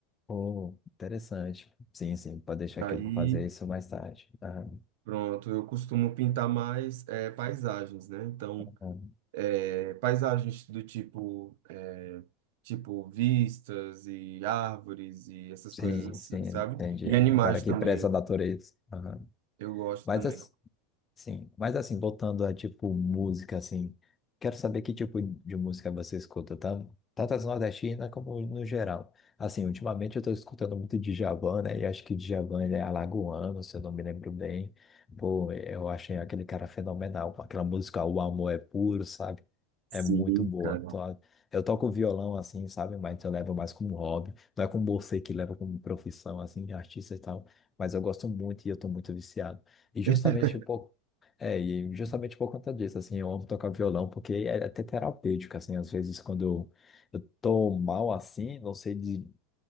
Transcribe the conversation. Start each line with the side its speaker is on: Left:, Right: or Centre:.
Left: Pô, interessante. Sim, sim, pode deixar
Right: Aí,
Left: que eu vou fazer isso mais tarde. Aham,
Right: pronto, eu costumo pintar mais é, paisagens, né? Então,
Left: aham.
Right: é, paisagens do tipo, é, tipo vistas e árvores e essas
Left: Sim,
Right: coisas assim,
Left: sim, entendi.
Right: sabe? E
Left: É
Right: animais
Left: Um cara que
Right: também.
Left: preza a natureza. Aham.
Right: Eu gosto
Left: Mas
Right: também.
Left: assim, Sim, mas assim, voltando a tipo música, assim, quero saber que tipo de música você escuta, tá? Tanto as nordestinas como no geral. Assim, ultimamente eu tô escutando muito Djavan, né? E acho que Djavan ele é alagoano, se eu não me lembro bem. Pô, eu achei aquele cara fenomenal. com Aquela música O Amor é Puro, sabe?
Right: Sim,
Left: É muito boa.
Right: cara.
Left: Tô- Eu toco violão assim, sabe? Mas eu levo mais como hobby. Não é como você que leva como profissão, assim, de artista e tal. Mas eu gosto muito e eu tô muito viciado. E justamente
Right: <laughs>
Left: um pouco é, e justamente por conta disso, assim, eu amo tocar violão, porque é até terapêutico, assim, às vezes quando eu, eu tô mal assim, não sei de,